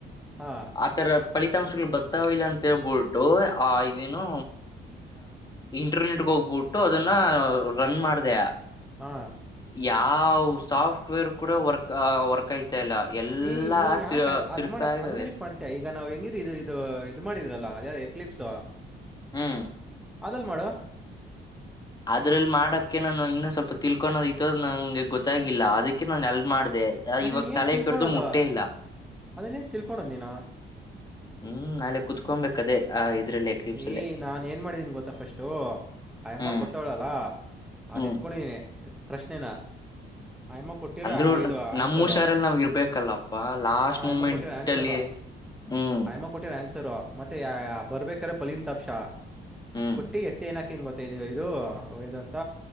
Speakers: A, in the centre; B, on the left.
A: ಹಾಂ
B: ಆತರ ಫಲಿತಾಂಶಗಳು ಬರ್ತಾವಿಲ್ಲ ಅಂತೇಳ್ಬಿಟ್ಟು ಆ ಇದೇನು ಇಂಟರ್ನೆಟ್ಗೆ ಹೋಗ್ಬಿಟ್ಟು ಅದನ್ನ ರನ್ ಮಾಡ್ದೆ.
A: ಹಾಂ
B: ಯಾವ್ ಸಾಫ್ಟ್ ವೇರ್ ಕೂಡ ವರ್ಕ್ ವರ್ಕ್ ಆಯ್ತ ಆಗ್ತಇಲ್ಲ ಎಲ್ಲಾ
A: ಏ ನೀನ್ ಯಾಕೆ
B: ತಿ
A: ಅದ್
B: ತಿರುಗ್ತಾ
A: ಮಾಡಕ್
B: ಇದ್ದಾವೆ.
A: ಹಂಗೇನಕ್ ಮಾಡ್ತೀಯ ಈಗ ನಾವ್ ಹೆಂಗಿದ ಇದು ಇದು ಮಾಡಿದ್ರಲ್ಲ ಯ ಎಕ್ಲಿಪ್ಸ್
B: ಹ್ಮ್.
A: ಅದಲ್ಲ ಮಾಡು
B: ಅದ್ರಲ್ಲಿ ಮಾಡಕ್ಕೆ ನಾನು ಇನ್ನು ಸ್ವಲ್ಪ ತಿಳ್ಕೊಕೋಣುದಿತ್ತು ನಂಗೆ ಗೊತ್ತಾಗಿಲ್ಲ ಅದಕ್ಕೆ ನಾನ ಎಲ್ ಮಾಡ್ದೆ.
A: ಅದು
B: ಇವಾಗ
A: ಏನ್
B: ತಲೆ
A: ತಿನ್ಕೊಳ್ಳೋದು
B: ಕಡ್ದು ಮುಟ್ಟೆ ಇಲ್ಲ
A: ಅದು ಏನ್ ತಿನ್ಕೋಣೋದು ನೀನು.
B: ಹ್ಮ್ ನಾಳೆ ಕುತ್ಕೊಬೇಕು ಅದೇ ಆ ಇದ್ರಲ್ಲೇ ಕ್ಲಿಪ್ಸ್ ಅಲ್ಲೇ
A: ಏ ನಾನ್ ಏನ್ ಮಾಡಿದೀನಿ ಗೊತ್ತಾ ಫಸ್ಟು ಅ ಯಮ್ಮ
B: ಹ್ಮ್
A: ಕೊಟ್ಟವಳಲ್ಲ. ಅದು
B: ಹ್ಮ್
A: ಎತ್ಕೊಂಡೀನಿ ಪ್ರಶ್ನೆನಾ ಆಯಮ್ಮ ಕೊಟ್ಟಿರೋ
B: ಅಂದ್ರು
A: ಐದು ಆನ್ಸರ್
B: ನಮ್ ಹುಷಾರಲ್ಲಿ ನಾವ್ ಇರ್ಬೇಕಲ್ಲಪ್ಪಾ ಲಾಸ್ಟ್
A: ಅಯಮ್ಮ
B: ಮೂಮೆಂಟ್
A: ಕೊಟ್ಟಿರೋ ಆನ್ಸರ್.
B: ಅಲ್ಲಿ ಹ್ಮ್
A: ಆಯಮ್ಮ ಕೊಟ್ಟಿರೋ ಆನ್ಸ್ ಮತ್ತೆ ಬರ್ಬೇಕ್ರೆ ಪಲಿನ್ ತಷ
B: ಹ್ಮ್
A: ಕೊಟ್ಟು ಎತ್ತೆನಕು. ಟೀಮ್ ಬರ್ತಾ ಇದೀವಿ ಇದು ಹೋಗೋದು ಅಂತ.